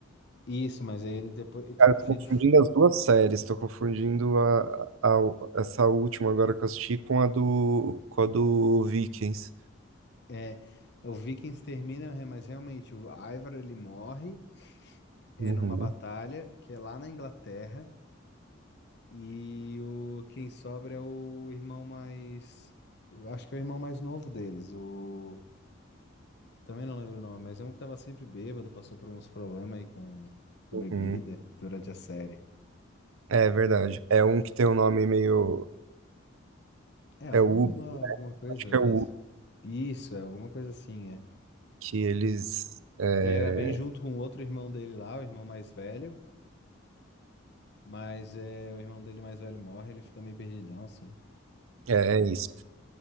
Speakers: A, on the left; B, on the right.
A: Isso, mas aí ele depois ele tá
B: Cara,
A: com
B: eu tô
A: cheio
B: confundindo
A: de f-
B: as duas séries, tô confundindo a, a- essa última agora que eu assisti com a do, com a do Vikings.
A: é, o Vikings termina, mas realmente o Ivar ele morre é
B: Uhum,
A: numa batalha que é lá na Inglaterra E o quem sobra é o irmão mais. o- Acho que é o irmão mais novo deles. O. Também não lembro o nome, mas é um que tava sempre bêbado, passou por uns problemas aí com, com
B: uhum.
A: bebida durante a série.
B: É verdade. É um que tem um nome meio.
A: É,
B: É
A: o nome
B: o Ubi,
A: lá, alguma coisa,
B: acho que
A: mas.
B: é o Ubi,
A: Isso, é alguma coisa assim, é.
B: que eles. É,
A: Ele era bem junto com o outro irmão dele lá, o irmão mais velho, mas é, o irmão dele mais velho morre, ele fica meio perdidão, assim.
B: é, é isso.